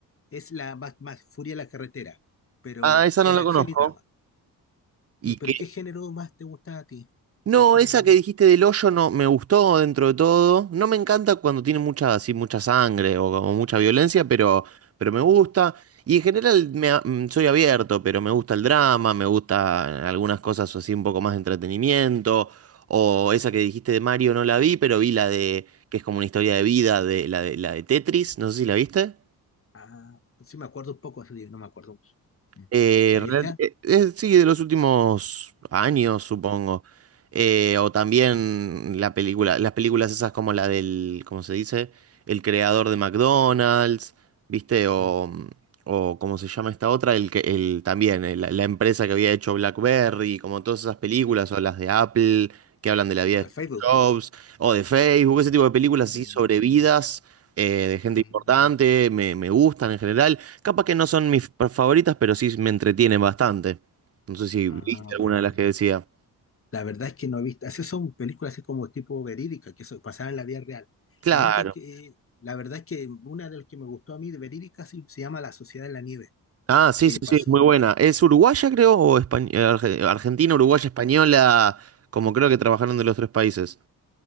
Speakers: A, on the left; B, on the right.
A: es la Mad Max, Furia en la carretera, pero
B: Ah, esa
A: es
B: no
A: de
B: la
A: acción
B: conozco.
A: y drama.
B: ¿Y
A: ¿Y pero
B: qué?
A: qué género más te gusta a ti?
B: No,
A: ¿Qué género?
B: esa que dijiste del hoyo no me gustó dentro de todo. No me encanta cuando tiene mucha, así, mucha sangre o como mucha violencia, pero, pero me gusta. Y en general me a- mm, soy abierto, pero me gusta el drama, me gusta algunas cosas así un poco más de entretenimiento. O esa que dijiste de Mario no la vi, pero vi la de, que es como una historia de vida, de la de, la de Tetris, no sé si la viste.
A: Ah, sí me acuerdo un poco, así, no me acuerdo mucho. Mm.
B: Eh,
A: Ahí
B: real-
A: es-
B: eh, eh, sí, de los últimos años, supongo. Eh, o también la película, las películas esas como la del, ¿cómo se dice? El creador de McDonald's, ¿viste?
A: ah,
B: O, o ¿cómo se llama esta otra? El que, el, también, eh, la, la empresa que había hecho BlackBerry, como todas esas películas, o las de Apple, que hablan de la vida
A: O de
B: de Steve
A: Facebook.
B: Jobs, o de Facebook, ese tipo de películas
A: Ah,
B: así sobre vidas eh, de gente
A: ah,
B: importante, me, me gustan en general. Capaz que no son mis pa- favoritas, pero sí me entretienen bastante. No sé si
A: ah,
B: viste
A: bueno.
B: alguna de las que decía.
A: La verdad es que no he visto. Esas son películas así como tipo verídica, que so- pasaban en la vida real.
B: Claro.
A: La única que. La verdad es que una de las que me gustó a mí de verídica sí, se llama La Sociedad de la Nieve,
B: Ah, sí,
A: que
B: sí,
A: pasó.
B: sí, es muy buena. ¿Es uruguaya, creo, o españ- eh, arge- argentina, uruguaya, española? Como creo que trabajaron de los tres países.